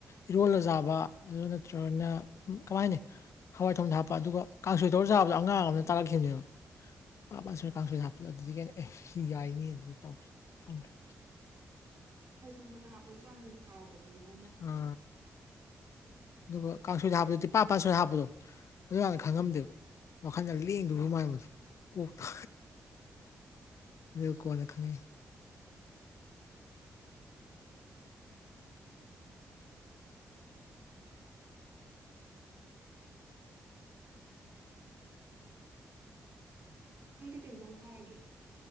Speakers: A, on the left; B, on the right.
A: ꯏꯔꯣꯜꯂꯖꯥꯕ ꯑꯗꯨ ꯅꯠꯇ꯭ꯔꯒꯅ ꯁꯨꯝ ꯀꯃꯥꯏꯅꯤ ꯍꯋꯥꯏ ꯊꯣꯡ ꯍꯥꯞꯄ ꯑꯗꯨꯒ ꯀꯥꯡꯁꯣꯏ ꯇꯧꯔ ꯆꯥꯕꯗꯣ ꯑꯉꯥꯡ ꯑꯃꯅ ꯇꯥꯂꯛꯈꯤꯕꯅꯦꯕ ꯄꯥꯁꯣꯏ ꯀꯥꯡꯁꯣꯏꯗ ꯍꯥꯞꯄꯗ ꯑꯗꯨꯗꯤ ꯀꯩꯅꯣ ꯑꯦ ꯁꯤ ꯌꯥꯏꯅꯤ ꯑꯗꯨꯗꯤ ꯇꯧꯔꯦ ꯈꯪꯈ꯭ꯔꯦ
B: ꯍꯣꯏ ꯊꯣꯡꯕꯗ ꯍꯥꯞꯄꯁꯨ ꯌꯥꯝ ꯍꯥꯎꯕꯅꯦ ꯃꯣꯃꯣ
A: ꯎꯥ ꯑꯗꯨꯒ ꯀꯥꯡꯁꯣꯏꯗ ꯍꯥꯞꯄꯗꯣ ꯇꯤꯄꯥꯥꯟ ꯁꯣꯏꯗ ꯍꯥꯞꯄꯗꯣ ꯑꯗꯨ ꯌꯥꯝꯥꯟꯅ ꯈꯪꯉꯝꯗꯦꯕ ꯋꯥꯈꯜꯗ ꯂꯦꯡꯗꯕ ꯃꯗ ꯀꯣꯛꯇ ꯑꯗꯨ ꯀꯣꯟꯅ ꯈꯥꯪꯉꯛ
B: ꯅꯪꯗꯤ ꯀꯩ ꯍꯤꯟꯖꯥꯡ ꯆꯥꯔꯒꯦ